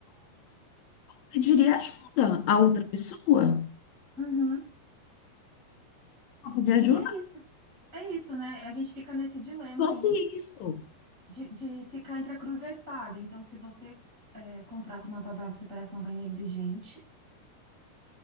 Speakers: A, on the left; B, on the right.
A: pediria ajuda a outra pessoa.
B: uhum. E,
A: Eu pediria ajuda
B: e é isso. É isso, né? A gente fica nesse dilema
A: sobre
B: aí
A: isso.
B: de, de ficar entre a cruz e a espada. Então, se você é, contrata uma babá, você parece uma mãe negligente.